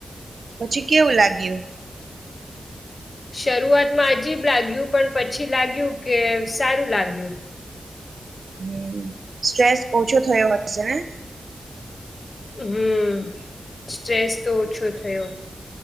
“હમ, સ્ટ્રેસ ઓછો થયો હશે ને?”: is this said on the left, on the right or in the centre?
Right